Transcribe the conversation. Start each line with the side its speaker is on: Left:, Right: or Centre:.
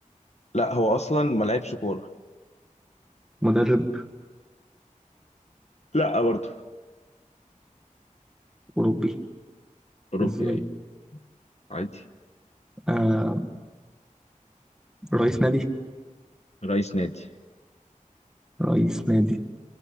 Left: لا هو اصلا ما لعبش كورة
Centre: مدرب
Left: لا برضه
Centre: أوروبي
Left: أوروبي
Centre: إزاي
Left: أيوة عادي
Centre: آه رئيس نادي
Left: رئيس نادي
Centre: رئيس نادي